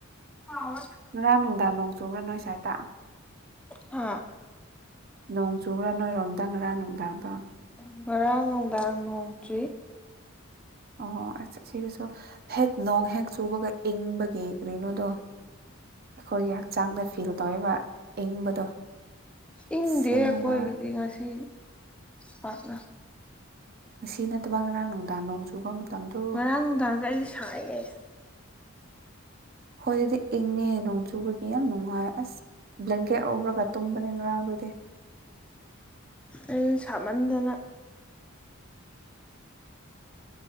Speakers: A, in the centre; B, on the right.
A: ꯑ
B: ꯉꯔꯥꯡ ꯅꯨꯡꯗꯥꯡ ꯅꯣꯡ ꯆꯨꯕ꯭ꯔꯥ ꯅꯣꯏ ꯁ꯭ꯋꯥꯏꯗ
A: ꯍꯥ
B: ꯅꯣꯡ ꯆꯨꯕ꯭ꯔꯥ ꯅꯣꯏꯔꯣꯝꯗꯪꯒ꯭ꯔꯥ ꯅꯨꯡꯗꯥꯡꯗꯣ
A: ꯉꯔꯥꯡ ꯅꯨꯡꯗꯥꯡ ꯅꯣꯡꯇ꯭ꯔꯤ
B: ꯑꯣꯁ ꯁꯤꯗꯁꯨꯣ ꯍꯦꯛ ꯅꯣꯡ ꯍꯦꯛ ꯆꯨꯕꯒ ꯏꯪꯕꯒꯤ ꯀ꯭ꯔꯤꯅꯣꯗꯣ ꯑꯩꯈꯣꯏꯒꯤ ꯍꯛꯆꯥꯡꯗ ꯐꯤꯜ ꯇꯧꯔꯤꯕ ꯏꯪꯕꯗꯣ
A: ꯏꯪꯗꯦ
B: ꯑꯁ ꯌꯥꯝ
A: ꯑꯩꯈꯣꯏꯒꯤꯗꯤ
B: ꯅꯨꯡꯉꯥꯏ
A: ꯉꯁꯤ ꯄꯥꯛꯅ
B: ꯉꯁꯤ ꯅꯠꯇꯕ ꯉꯔꯥꯡ ꯅꯨꯡꯗꯥꯡ ꯅꯣꯡ ꯆꯨꯕ ꯃꯇꯝꯗꯨ
A: ꯉꯔꯥꯡ ꯅꯨꯡꯗꯥꯡꯒ ꯑꯩꯁ ꯁꯥꯏꯒꯦ
B: ꯈꯣꯏꯗꯗꯤ ꯏꯪꯉꯦ ꯅꯣꯡ ꯆꯨꯕꯒꯤ ꯌꯥꯝ ꯅꯨꯡꯉꯥꯏ ꯑꯁ ꯕ꯭ꯂꯦꯡꯀꯦꯠ ꯂꯧꯔꯒ ꯇꯨꯝꯕꯅꯦ ꯉꯔꯥꯡꯗꯨꯗꯤ
A: ꯑꯩꯖꯨ ꯁꯥꯃꯟꯗꯅ